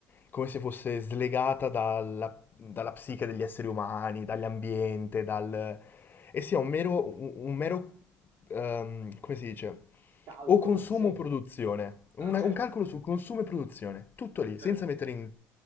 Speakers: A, on the left (about 35°); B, on the right (about 70°).
A: come se fosse slegata dalla, dalla psiche degli esseri umani, dall'ambiente, dal... e sia un mero, un un mero ehm, come si dice?
B: Calcolo,
A: O consumo
B: sì.
A: o produzione. Una-
B: No, certo,
A: un calcolo su consumo e produzione. Tutto lì,
B: certo.
A: senza mettere in...